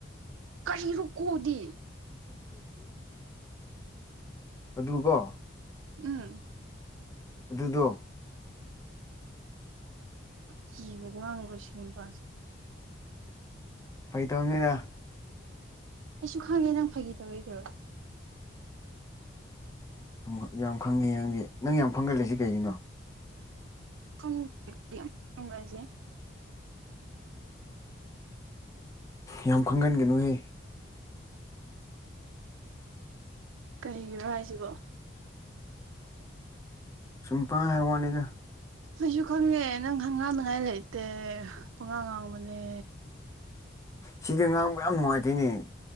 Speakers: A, on the right; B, on the left.
A: ꯀꯔꯤꯔꯨꯛꯀꯨꯗꯤ
B: <inaudible> ꯑꯗꯨ ꯀꯣ
A: ꯎꯝ
B: ꯑꯗꯨꯗꯣ
A: ꯀꯤꯕ <unintelligible> ꯕꯁꯤ ꯅꯨꯄꯥꯁꯦ
B: ꯐꯥꯏ ꯇꯧꯅꯤꯗ
A: ꯑꯩꯁꯨ ꯈꯪꯉꯦ ꯅꯪ ꯐꯥꯒꯤ ꯇꯧꯋꯦꯗꯣ
B: ꯑꯍꯃꯨꯛ ꯌꯥꯝ ꯈꯪꯉꯦ ꯅꯪꯗꯤ ꯅꯪ ꯌꯥꯝ ꯈꯪꯒꯜꯂꯤꯁꯤ ꯀꯩꯒꯤꯅꯣ
A: ꯈꯪ <unintelligible> <inaudible>
B: ꯌꯥꯝ ꯈꯪꯒꯟꯒꯅꯨꯍꯦ
A: ꯀꯩꯒꯤꯔꯥ ꯍꯥꯏꯁꯤꯕꯣ
B: ꯁꯨꯝ ꯄꯥꯍꯥꯏ ꯍꯥꯏ ꯋꯥꯅꯤꯗ
A: ꯑꯩꯁꯨ ꯈꯪꯉꯦ ꯅꯪ ꯍꯪ ꯉꯥꯡꯅꯤꯉꯥꯏ ꯂꯩꯇꯦ ꯄꯉꯥꯡ ꯉꯥꯡꯕꯅꯦ
B: ꯁꯤꯗ ꯉꯥꯡꯕ ꯌꯥꯝ ꯅꯨꯡꯉꯥꯏꯇꯦꯅꯦ